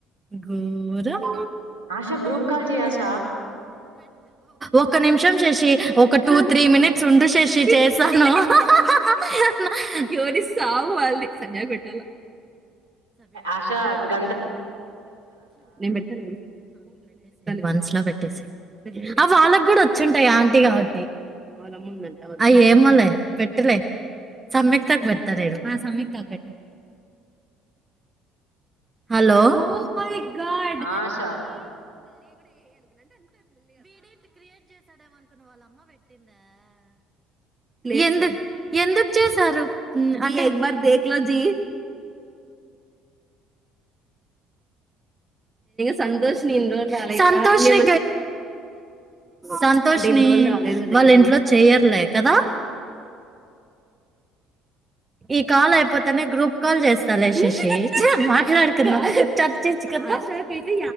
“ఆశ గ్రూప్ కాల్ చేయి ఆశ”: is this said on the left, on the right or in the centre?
Right